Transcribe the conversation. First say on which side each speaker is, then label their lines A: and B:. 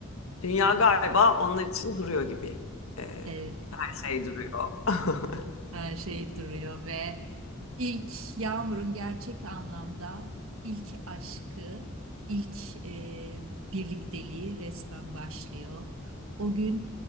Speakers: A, on the left; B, on the right.
A: dünya galiba onlar için duruyor gibi e,
B: Evet,
A: şey duruyor. <laughs>
B: Her şey duruyor ve ilk Yağmur'un gerçek anlamda ilk aşkı, ilk e, birlikteliği resmen başlıyor. O gün